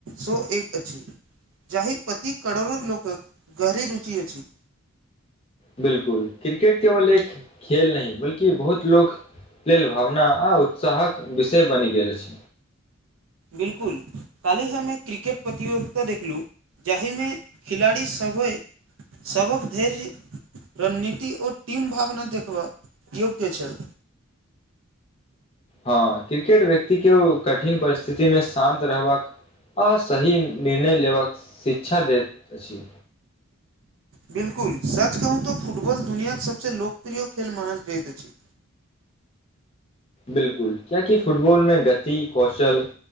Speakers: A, on the right (about 65°); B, on the left (about 25°).
A: सौ एक अछि जाहि प्रति करोड़ो लोकक गहरी रुचि अछि
B: बिलकुल क्रिकेट केवल एक खेले नइ बल्कि बहुत लोक लेल भावना आ उत्साहक विषय बनि गेल अछ
A: बिल्कुल काल्हि हम एक क्रिकेट प्रतियोगिता देखलहुँ जाहिमे खिलाड़ी सभ सभक धैर्य रणनीति ओर टीम भावना देखबा योग्य छल
B: हँ क्रिकेट व्यक्ति के उ कठिन परिस्थितिमे शान्त रहबाक और सही निर्णय लेबक शिक्षा दैत अछि
A: बिल्कुल सच कहूँ तऽ फुटबॉल दुनियाके सबसँ लोकप्रिय खेल मानल जाइत अछि
B: बिलकुल किया कि फुटबॉलमें गति कौशल